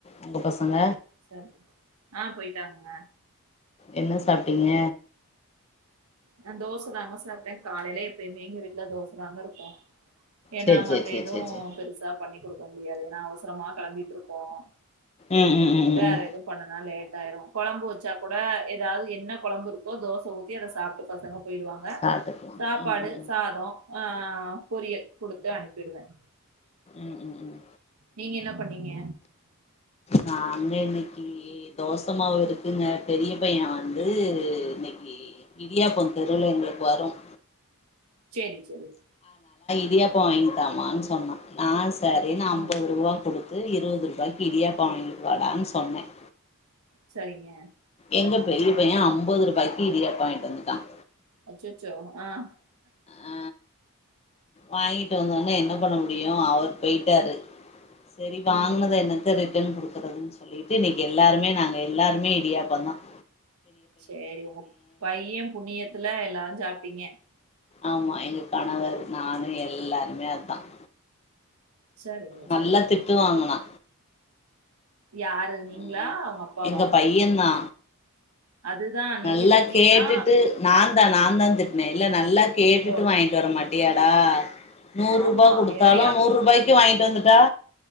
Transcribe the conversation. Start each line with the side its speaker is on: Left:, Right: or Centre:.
Left: உங்க பசங்க
Right: சரி ஆஹ் போயிட்டாங்கங்க
Left: என்ன சாப்ட்டீங்க
Right: நான் தோசதாங்க சாப்ட்டேன் காலையில எப்பயுமே எங்க வீட்டுல தோசதாங்க இருக்கும் ஏன்னா
Left: சேரி
Right: மத்த
Left: சேரி சேரி
Right: எதும்
Left: சேரி சேரி
Right: பெருசா பண்ணி குடுக்க முடியாது ஏன்னா அவசரமா கெளம்பிட்டுருப்போம்
Left: ம் ம் ம் ம்
Right: வேற
Left: ம்
Right: எதுவும் பண்ணுனா லேட் ட்டாயிரும் கொழம்பு வச்சா கூட ஏதாவது என்ன கொழம்பு இருக்கோ தோச ஊத்தி அதை சாப்ட்டுக் பசங்க போயிடுவாங்க
Left: சாப்ட்டுக்கலா
Right: சாப்பாடு
Left: ம் ம்
Right: சாதம் ஆஹ் ஆஹ் ஆஹ் பொறியல் குடுத்து அனுப்பிடுவேன்
Left: ம் ம் ம்
Right: நீங்க என்னப் பண்ணீங்க
Left: நாங்க இன்னைக்கு தோசமாவு இருக்குங்க பெரிய பையன் வந்து து இன்னைக்கு இடியாப்பம் தெருவுல எங்களுக்கு வரும்
Right: சேரி சேரி
Left: இடியாப்பம் வாங்கி தாமான்னு சொன்னான் நான் சரின்னு ஐம்பது
Right: ம்
Left: ரூபா கொடுத் து இருபது ரூபாய்க்கு இடியாப்பம் வாங்கிட்டு வாடான்னு சொன்னேன்
Right: சரிங்க
Left: எங்க பெரிய பையன் ஐம்பது ரூபாய்க்கு இடியாப்பம் வாய்ன்ட்டு வந்துட்டான்
Right: அச்சச்சோ ஆஹ்
Left: ஆ வாங்கிட்டு வந்தோனே என்ன பண்ண முடியும் அவர் போயிட்டாரு சரி வாங்னத
Right: ம்.
Left: என்னத்த ரிட் டன் குடுக்குறதுன்னு சொல்லிட்டு இன்னைக்கு எல்லாருமே நாங்க எல்லாருமே இடியாப்பந்தான்
Right: சேரி உங்க பையன் புண்ணியத்துல எல்லாரும் சாப் ப்டிங்க
Left: ஆமா எங்க கணவர் நானு எல்லாருமே அதான்
Right: சரிங்க,
Left: நல்லா
Right: சரிங்க.
Left: திட்டு வாங்குனா
Right: யாரு நீங்ளா
Left: ம்
Right: அவங்க அப்பாவா
Left: எங்க பையந்தா
Right: அதுதான்
Left: நல்லா
Right: நீங்க திட்டுனீங்களா?
Left: கேட்டுட்டு நான் தா நாந்தா திட்ன இல்ல நல்லா கேட்டுட்டு
Right: ஓ!
Left: வாங்கிட்டு வர மாட் டியாடா நூற்
Right: ஆமா.
Left: ரூபா குடுத்தாலு
Right: ஏன்னா
Left: நூற் ரூபாய்க்கு வாய்ன்ட்டு வந் தா